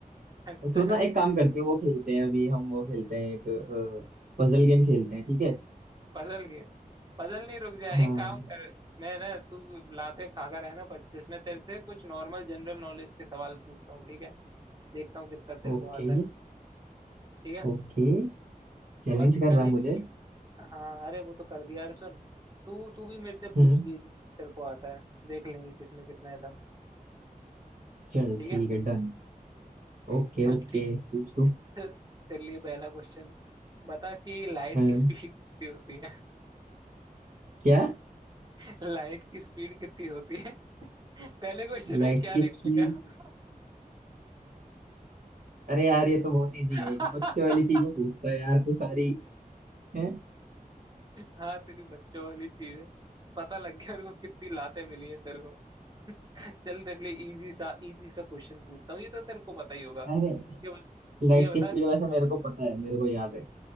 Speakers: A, on the right (about 70°); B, on the right (about 30°).
A: तो
B: अच्छा
A: सुन ना एक काम करते हैं वो खेलते हैं अभी हम वो खेलते हैं एक पजल गेम खेलते हैं ठीक है
B: Puzzle game पजल नहीं रुक जा
A: हाँ
B: एक काम कर मैं ना तू लाते खा कर है ना पच्चीस मैं तेरे से कुछ नॉर्मल जनरल नॉलेज के सवाल पूछता हूँ ठीक है देखता हूँ कितना तेरे
A: Okay
B: को आता है ठीक है
A: okay चैलेंज
B: और
A: कर
B: चल
A: रहा
B: चलो एक
A: मुझे
B: हाँ अरे वो तो कर दिया यार सुन तू तू भी मेरे से
A: हम्म
B: पूछ ली जितना तेरे को आता है देख लेंगे किसमें कितना है दम
A: चल
B: ठीक
A: ठीक
B: है
A: है डन
B: <laughs>
A: Okay
B: चल
A: okay
B: ठीक
A: पूछ तू
B: है तेरे लिए पहला क्वेश्चन बता कि लाइट
A: हाँ
B: की स्पीड कितनी होती है
A: क्या
B: <laughs> लाइट की स्पीड कितनी होती है <laughs> पहले क्वेश्चन
A: लाइट
B: में क्या
A: की
B: निकल
A: स्पीड
B: गया
A: अरे यार ये तो बहुत इजी
B: <laughs>
A: है बच्चे वाली चीज में पूछता है यार तू सारी है
B: हाँ तेरी बच्चों वाली चीज है पता लग गया और कितनी लातें मिली है तेरे को। चल तेरे लिए इजी सा इजी सा क्वेश्चन पूछता हूँ ये तो तेरे को पता ही होगा
A: अरे
B: ये बत-
A: लाइट
B: ये
A: की
B: बता
A: स्पीड वैसे मेरे को पता है मेरे को याद है